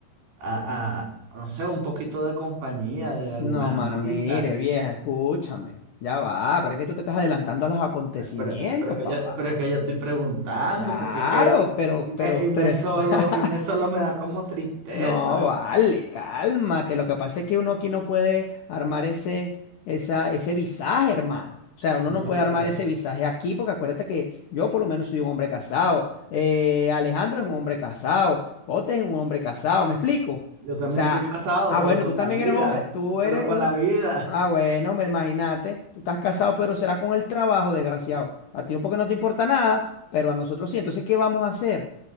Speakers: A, on the right; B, on the left.
A: a- a, no sé, un poquito de compañía de algunas
B: No, mano,
A: amigas,
B: mire, vieja, escúchame. Ya va, pero es que tú te estás adelantando a los acontecimientos,
A: pero, pero que
B: papá.
A: yo, pero es que yo estoy preguntando,
B: Claro,
A: porque es que
B: pero,
A: y me,
B: pero,
A: y me
B: pero, escu-
A: solo,
B: <laughs>
A: y me solo me da como tristeza.
B: No, vale, cálmate. Lo que pasa es que uno aquí no puede armar ese, esa, ese visaje, hermano. O sea, uno
A: No,
B: no puede armar
A: ok.
B: ese visaje aquí porque acuérdate que yo por lo menos soy un hombre casado. eh, Alejandro es un hombre casado. Pote es un hombre casado, ¿me explico? O
A: Yo también
B: sea,
A: soy casado,
B: ah,
A: pero
B: bueno,
A: con
B: tú también
A: la vida,
B: eres hombre, tú eres
A: pero con
B: un...
A: la vida.
B: Ah, bueno, me imagínate, tú estás casado, pero será con el trabajo, desgraciado. A ti no, porque no te importa nada, pero a nosotros sí. Entonces, ¿qué vamos a hacer?